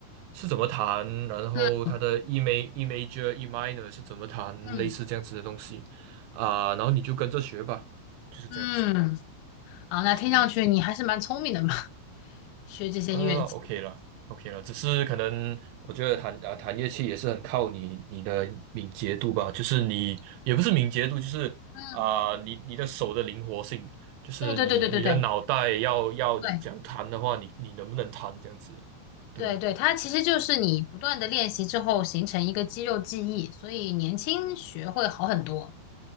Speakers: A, on the right; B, on the left.
A: 是怎么弹，然后它的
B: 嗯
A: E ma- E major E minor 是怎么弹，
B: 嗯
A: 类似这样子的东西啊，然后你就跟着学吧，就是这样子。
B: 嗯，好，那听上去你还是蛮聪明的嘛，
A: 是，
B: <laughs> 学这些乐器。
A: 呃，OK 了，OK 了，只是可能我觉得弹啊弹乐器也是很靠你你的敏捷度吧，就是你也不是敏捷度，就是啊、
B: 嗯，
A: 你你的手的灵活性，就是你你的脑袋要要你讲弹的话，
B: 对对对对对对对
A: 你你能不能弹这样子？对，
B: 对对，它其实就是你不断的练习之后形成一个肌肉记忆，所以年轻学会好很多。